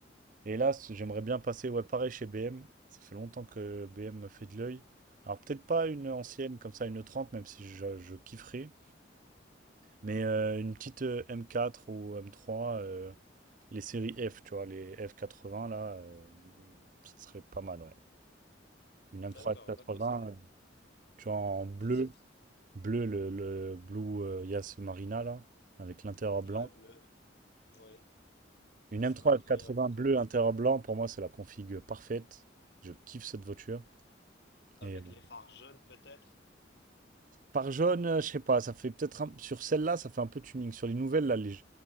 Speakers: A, on the right; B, on the left.
A: Et là, c- j'aimerais bien passer, ouais, pareil chez BM, ça fait longtemps que BM me fait de l'œil. Alors, peut-être pas une ancienne
B: Ouais.
A: comme ça, une 30, même si je, je kifferais, Mais euh, une petite euh, M4 ou M3, euh, les séries F, tu vois, les F80, là, euh, ça serait pas mal, ouais. Une
B: D'accord,
A: M3 F80,
B: d'accord, c'est
A: euh, tu vois, en
B: c'est
A: bleu,
B: c'est très...
A: bleu, le, le Blue euh, Yas Marina, là, avec l'intérieur blanc.
B: Ouais, bleu. Ouais, c'est
A: Une M3
B: c'est incroyable
A: F80
B: comme
A: bleu, intérieur blanc, pour moi, c'est la config parfaite. Je kiffe cette voiture.
B: avec
A: Et bon.
B: les phares jaunes peut-être.
A: Par jaune, euh, je sais pas, ça fait peut-être un- sur celle-là, ça fait un peu tuning. Sur les nouvelles, là, les,